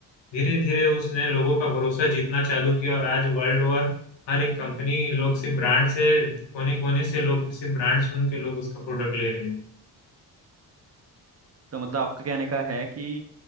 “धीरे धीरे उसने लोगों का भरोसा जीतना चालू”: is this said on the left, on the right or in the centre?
Left